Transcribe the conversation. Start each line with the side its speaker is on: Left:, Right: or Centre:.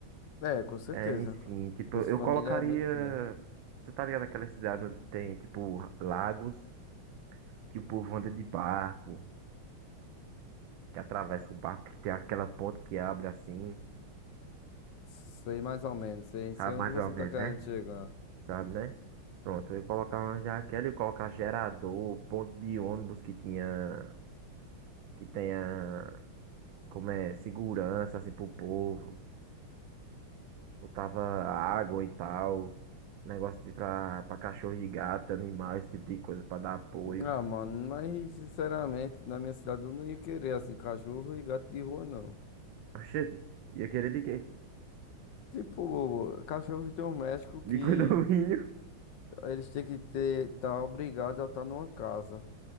Left: É, com certeza.
Right: É, enfim, tipo,
Left: O Bolsa
Right: eu
Left: Família
Right: colocaria.
Left: é muito grande.
Right: Você tá ligado aquela cidade onde tem, tipo, lagos que o povo anda de barco, que atravessa o barco, que tem aquela ponte que abre assim,
Left: Sei mais ou menos. Sei,
Right: sabe
Left: sei onde
Right: mais
Left: você
Right: ou menos,
Left: tá querendo
Right: né?
Left: chegar.
Right: sabe, né? Pronto, eu ia colocar uma jaqueta, eu ia colocar gerador, ponto de ônibus que tinha, que tenha, como é, segurança, assim, pro povo. Botava água e tal, negócio de pra, pra cachorro e gato, animal, esse tipo de coisa, pra dar apoio.
Left: Ah, mano, mas sinceramente, na minha cidade eu não ia querer assim, cachorro e gato de rua, não.
Right: Oxente, ia querer de quê?
Left: Tipo, cachorros domésticos que
Right: De condomínio? <laughs>
Left: eles têm que ter, tá obrigado a estar numa casa.